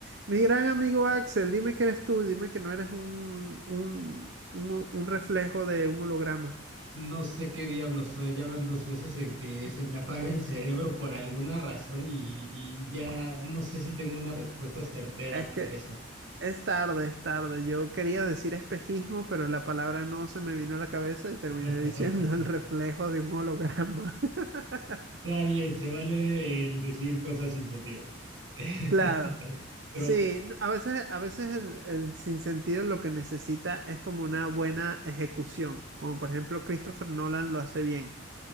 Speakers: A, on the right; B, on the right.
A: Mi gran amigo Axel, dime que eres tú, dime que no eres un, un, un ho- un reflejo de un holograma.
B: No sé qué diablo soy, ya van dos veces en que se me apaga el cerebro por alguna razón y, y ya no sé si tengo una respuesta certera
A: Es
B: para
A: que
B: eso.
A: es tarde, es tarde. Yo quería decir espejismo, pero la palabra no se me vino a la cabeza y terminé
B: <laughs>
A: <laughs> diciendo el reflejo de un holograma. <laughs>
B: Está bien, se vale el decir cosas sin sentido. <laughs>
A: Claro.
B: Pero
A: Sí, n- a veces, a veces el, el sinsentido lo que necesita es como una buena ejecución, como por ejemplo Christopher Nolan lo hace bien.